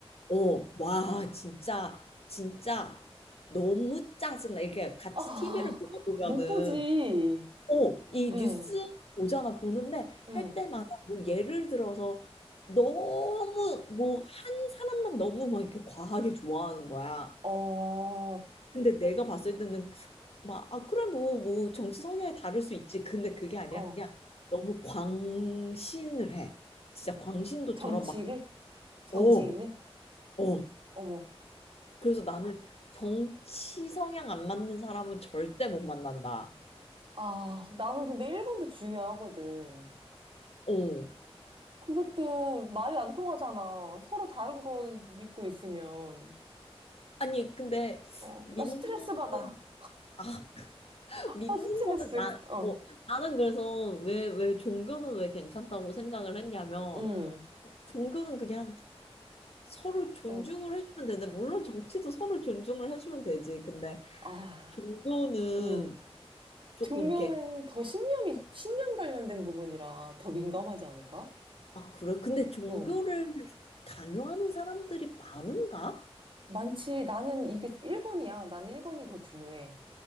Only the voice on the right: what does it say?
아,
못 보지.
응,
응.
어,
어.
정치를?
정치인을?
어머.
아, 나는 근데 1번도 중요하거든.
그것도 말이 안 통하잖아. 서로 다른 거 믿고 있으면.
어,
나 스트레스 받아.
아, 스트레스.
어,
응,
어,
아,
응.
종교는
더 신념이, 신념 관련된 부분이라 더 민감하지 않을까?
어.
많지. 나는 이게 1번이야. 나는 1번이 더 중요해.